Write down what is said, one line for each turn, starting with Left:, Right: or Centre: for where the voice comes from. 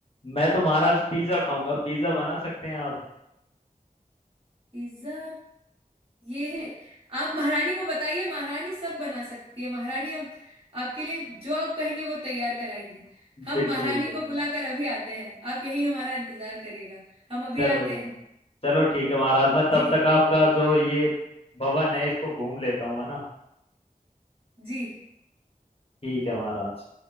Left: मैं तो महाराज पिज्जा खाऊंगा पिज्जा बना सकते हैं आप
Right: पिज्जा ये है आप महारानी को बताइए महारानी सब बना सकती है महारानी आप आपके लिए जो आप कहेंगे वो तैयार कराएंगी हम
Left: बिल्कुल
Right: महारानी
Left: बिल्कुल
Right: को बुलाकर अभी आते हैं आप यही हमारा इंतजार करिएगा हम अभी
Left: चलो
Right: आते हैं
Left: चलो ठीक है महाराज मैं तब
Right: जी
Left: तक आपका जो ये भवन है इसको घूम लेता हूँ है ना
Right: जी
Left: ठीक है महाराज